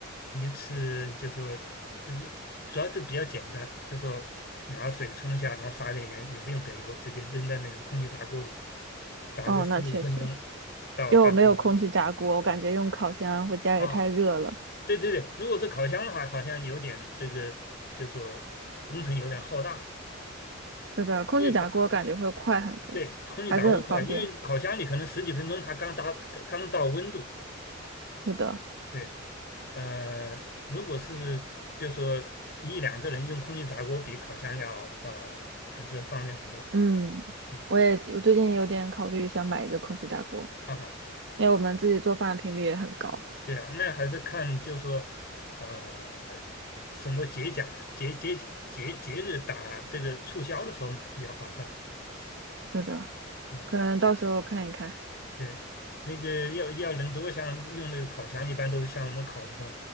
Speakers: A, on the left; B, on the right.
A: 一次就说，这就主要是比较简单，就说拿水冲一下，然后撒点盐，也不用给油，直接扔在那个空气炸锅里，炸个十五分钟
B: 哦，那确实，
A: 到二十分钟。
B: 因为我没有空气炸锅，我感觉用烤箱会家里太热了。
A: 啊，对对对，如果是烤箱的话，好像有点这个，就说工程有点浩大。
B: 是的，空气炸锅感觉会快很多，
A: 因为烤对，空气炸锅快，
B: 还是很方便。
A: 因为烤箱里可能十几分钟它刚达刚到温度。
B: 是的，
A: 对，呃，如果是比如说一两个人用空气炸锅，比烤箱要呃还是方便很多。
B: 嗯，
A: 嗯
B: 我也我最近有点考虑想买一个空气炸锅，
A: 啊，
B: 因为我们自己做饭的频率也很高。
A: 对啊，那还是看就是说呃什么节假节节节节日打这个促销的时候买比较划算。
B: 是的，
A: 对。
B: 可能到时候看一看。
A: 对，那个要要人多，像用那个烤箱，一般都是像我们烤什么